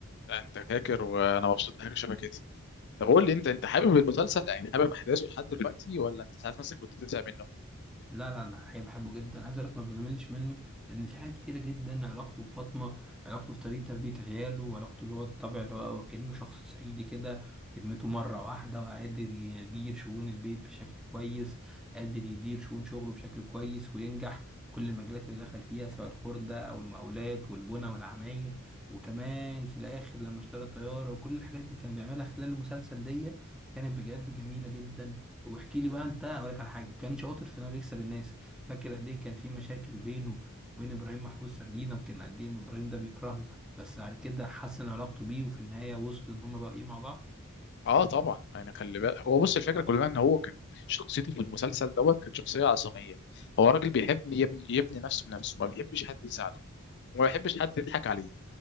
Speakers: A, on the left (about 50°); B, in the centre.
A: لا، انت فاكر وانا مبسوط بحاجه شبه كده طب قول لي انت انت حابب المسلسل يعني حابب احداثه لحد دلوقتي ولا انت ساعات مثلا كنت بتزهق منه
B: لا لا انا حقيقي بحبه جدا عايز اقول لك ما بملش منه لان في حاجات كتيره جدا علاقته بفاطمه علاقته في طريقه تربيه عياله وعلاقته اللي هو الطبع اللي هو هو كانه شخص صعيدي كده كلمته مره واحده وقادر يدير شؤون البيت بشكل كويس قادر يدير شؤون شغله بشكل كويس وينجح كل المجالات اللي دخل فيها سواء الخردة أو المقاولات والبنى والعماير وكمان في الآخر لما اشترى الطيارة وكل الحاجات اللي كان بيعملها خلال المسلسل دي كانت بجد جميلة جدا واحكي لي بقى انت اقول لك على حاجه كان شاطر في انه بيكسب الناس فاكر قد ايه كان في مشاكل بينه وبين ابراهيم محفوظ سردينه وكان قد ايه ابراهيم ده بيكرهه بس بعد كده حسن علاقته بيه وفي النهايه وصلوا ان هم بقوا ايه مع بعض
A: اه طبعا يعني خلي بالك هو بص الفكره كلها ان هو كان شخصيته في المسلسل دوت كانت شخصيه عصاميه هو راجل بيحب يبني يبني يبني نفسه بنفسه ما بيحبش حد يساعده وما بيحبش حد يضحك عليه